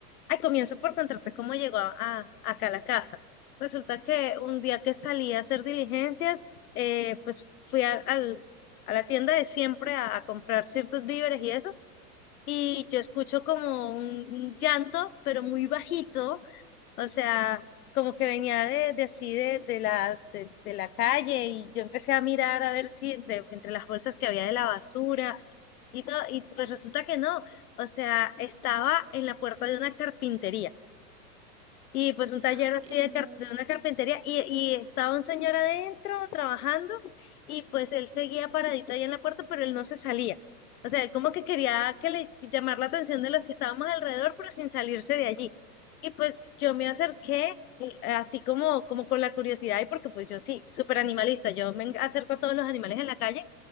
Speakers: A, on the left; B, on the right.
A: Ay, comienzo por contarte cómo llegó a, a- acá a la casa. Resulta que un día que salí a hacer diligencias, eh, pues fui a, al- a la tienda de siempre a, a comprar ciertos víveres y eso, y yo escucho como un, un llanto, pero muy bajito, o sea, como que venía de, de así de, de la, de, de la calle, y yo empecé a mirar a ver si entre, entre las bolsas que había de la basura y todo, y pues resulta que no, o sea, estaba en la puerta de una carpintería. Y pues un taller
B: ¡Ah,
A: así
B: qué hermoso!
A: de, car- de una carpintería y, y estaba un señor adentro trabajando y pues él seguía paradito ahí en la puerta, pero él no se salía. O sea, él como que quería que le llamar la atención de los que estábamos alrededor, pero sin salirse de allí. Y pues yo me acerqué eh, así como, como con la curiosidad y porque pues yo sí, súper animalista, yo me en- acerco a todos los animales en la calle.